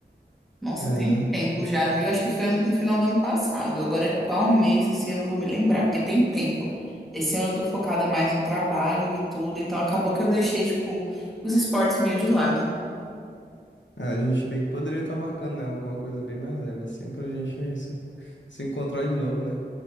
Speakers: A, in the centre; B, on the left.
A: Nossa,
B: É,
A: tem
B: né?
A: um tempo já, viu? Acho que foi no final do ano passado. Agora, é qual mês, assim, eu não vou me lembrar, porque tem tempo. Esse ano eu tô focada mais no trabalho e tudo, então acabou que eu deixei, tipo, os esportes meio de lado.
B: Ah, a gente bem que poderia estar marcando, né? Alguma coisa bem mais leve, assim, pra gente se, se encontrar de novo, né?